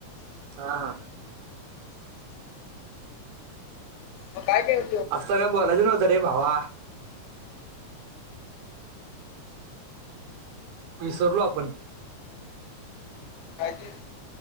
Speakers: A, on the right; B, on the left.
A: हा.
B: मग काय केल?
A: असं पाहिलं बोलायचं नव्हतं रे भावा. विसरलो आपण.
B: काय ते?